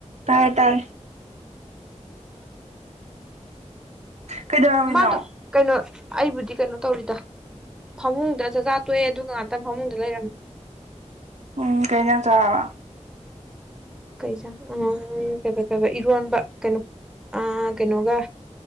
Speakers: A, on the right; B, in the centre.
A: ꯇꯥꯌꯦ ꯇꯥꯌꯦ ꯀꯩꯗꯧꯔꯝꯃꯤꯅꯣ
B: ꯃꯥꯗꯨ ꯀꯩꯅꯣ ꯑꯩꯕꯨꯗꯤ ꯀꯩꯅꯣ ꯇꯧꯔꯤꯗ ꯐꯃꯨꯡꯗ ꯆꯥꯛꯆꯥꯥ ꯇꯣꯛꯑꯦ ꯑꯗꯨꯒ ꯉꯥꯛꯇꯪ ꯐꯃꯨꯡꯗ ꯂꯩꯔꯝꯃꯦ
A: ꯎꯝ ꯀꯩꯩꯅꯖꯥꯡ ꯆꯥꯔꯕ
B: ꯀꯩꯖ ꯎ ꯀ ꯀꯩ ꯏꯔꯣꯟꯕ ꯀꯩꯅꯣ ꯑ ꯀꯩꯅꯣꯒ